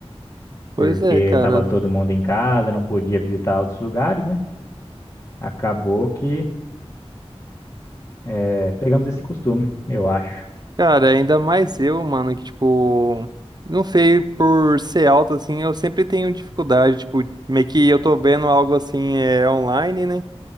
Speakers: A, on the right (about 40°); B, on the left (about 35°).
A: Pois
B: Porque
A: é, cara.
B: tava todo mundo em casa, não podia visitar outros lugares, né? Acabou que... É, pegamos esse costume, eu acho.
A: Cara, ainda mais eu, mano, que tipo, não sei, por ser alto assim, eu sempre tenho dificuldade, tipo, meio que eu tô vendo algo assim é online, né?